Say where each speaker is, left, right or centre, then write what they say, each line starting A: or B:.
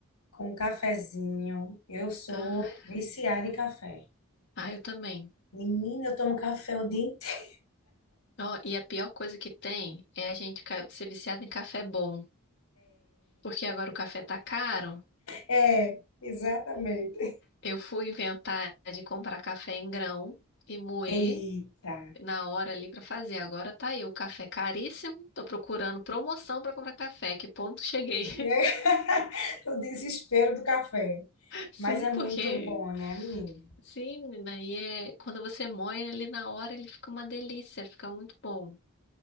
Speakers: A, on the left; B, on the left.
A: Com um cafezinho. Eu sou
B: Ah,
A: viciada em café.
B: ah, eu também.
A: Menina, eu tomo café o dia inteiro.
B: Ó, e a pior coisa que tem é a gente ficar- ser viciado em café bom. Porque agora o café tá caro.
A: É, é, exatamente.
B: Eu fui inventar de comprar café em grão e moer
A: Eita.
B: na hora ali pra fazer. Agora tá aí o café caríssimo. Tô procurando promoção pra comprar café. Que ponto cheguei?
A: <laughs> O desespero do café.
B: <laughs> Sim,
A: Mas é muito
B: porque
A: bom, né, menino?
B: Sim, menina, aí é, quando você moe ele ali na hora, ele fica uma delícia, fica muito bom.